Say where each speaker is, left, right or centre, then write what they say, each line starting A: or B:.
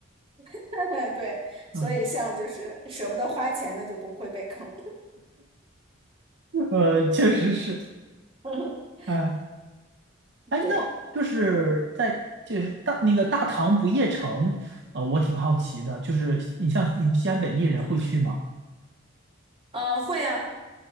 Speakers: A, on the right (about 25°); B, on the right (about 55°).
A: <laughs> 对，所以像就是舍不得花钱，
B: <laughs> 嗯
A: 那就不会被坑。
B: 呃，确实是。
A: <laughs>
B: 哎，哎，
A: 对，
B: 那就是在就是大那个大唐不夜城，呃，我挺好奇的，就是你像你们西安本地人会去吗？
A: 嗯，会啊，